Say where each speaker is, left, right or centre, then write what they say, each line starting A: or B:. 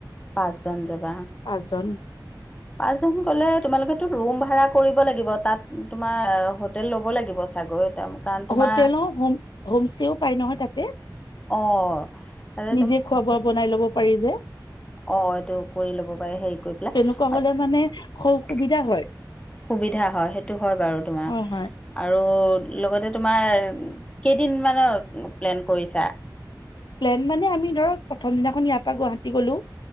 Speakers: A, on the left; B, on the left.
A: পাঁচজন যাবা,
B: পাঁচজন
A: পাঁচজন হলেও তোমালোকেতো ৰুম ভাড়া কৰিব লাগিব। তাত তোমাৰ হোটেল ল'ব লাগিব চাগৈ। কাৰণ তোমাৰ
B: হোটেলো, হোম-হোম ষ্টেও পায় নহয় তাতে।
A: অঁ তাতে
B: নিজে খোৱা বোৱা বনাই ল'ব পাৰি যে।
A: অ', এইটো কৰি ল'ব পাৰে হেৰি কৰি পেলাই।
B: তেনেকুৱা হ'লে মানে সুবিধা হয়
A: সুবিধা হয়, সেইটো হয় বাৰু তোমাৰ
B: হয় হয়
A: আৰু, লগতে তোমাৰ কেইদিনমানৰ প্লেন কৰিছা?
B: প্লেন মানে আমি ধৰক প্ৰথম দিনাখন ইয়াৰ পৰা গুৱাহাটী গ'লোঁ।